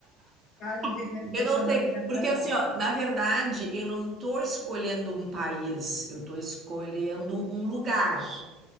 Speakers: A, on the left; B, on the right.
A: ah, vivendo,
B: <laughs> eu
A: deixando
B: não sei,
A: a vida me
B: porque
A: levar?
B: assim, ó, na verdade, eu não tô escolhendo um país, eu tô escolhendo um lugar,